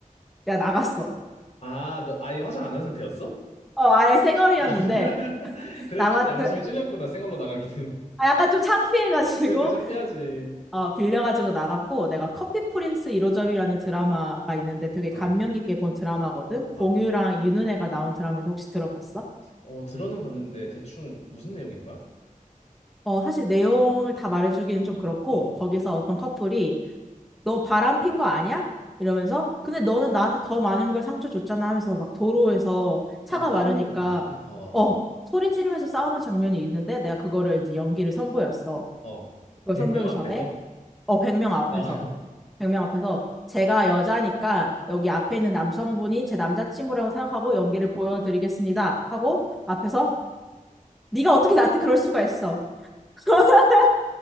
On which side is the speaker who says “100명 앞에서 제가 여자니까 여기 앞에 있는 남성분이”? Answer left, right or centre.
Centre